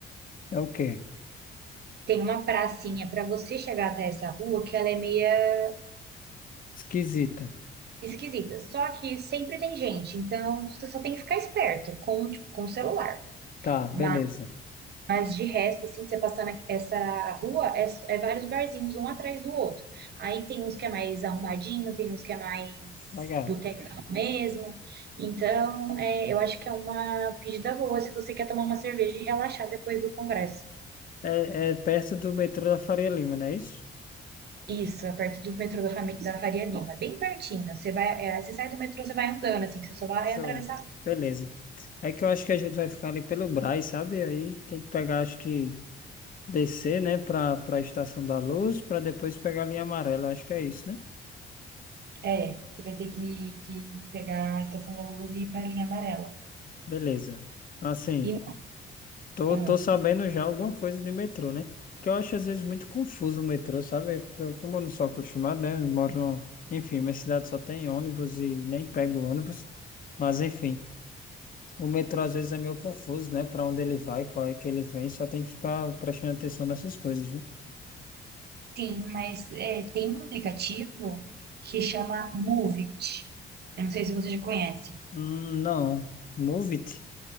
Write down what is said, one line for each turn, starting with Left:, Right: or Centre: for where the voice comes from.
Left: é o quê?
Right: Tem uma pracinha para você chegar até essa rua que ela é meia
Left: Esquisita.
Right: esquisita. Só que sempre tem gente, então você só tem que ficar esperto com, tipo, com o celular.
Left: Tá, beleza.
Right: Mas Mas de resto, assim, você passando a- essa rua, é, é vários barzinhos, um atrás do outro. Aí tem uns que é mais arrumadinho, tem uns que é mais
Left: Legal.
Right: botecão mesmo. Então, é, eu acho que é uma pedida boa se você quer tomar uma cerveja e relaxar depois do congresso.
Left: É, é perto do metrô da Faria Lima, não é isso?
Right: Isso, é perto do metrô da, Fami- da Faria Lima, bem pertinho. Você vai, é, você sai do metrô, você vai andando, assim, você só vai
Left: Show.
Right: atravessar.
Left: Beleza. É que eu acho que a gente vai ficar ali pelo Brás, sabe? Aí tem que pegar, acho que Descer, né, para para a Estação da Luz, para depois pegar a linha amarela. Acho que é isso, né?
Right: É, você vai ter que, que pegar a Estação da Luz e ir para a linha amarela.
Left: Beleza. Assim,
Right: E,
Left: tô,
Right: ah,
Left: tô sabendo já alguma coisa de metrô, né? Que eu acho às vezes muito confuso o metrô, sabe? Eu, como eu não sou acostumado, né? Eu moro no... Enfim, minha cidade só tem ônibus e nem pego ônibus. Mas enfim, o metrô às vezes é meio confuso, né? Para onde ele vai, qual é que ele vem, só tem que ficar prestando atenção nessas coisas, né?
Right: Sim, mas é, tem um aplicativo que chama Moovit. Eu não sei se você já conhece.
Left: Hum, não. Move it.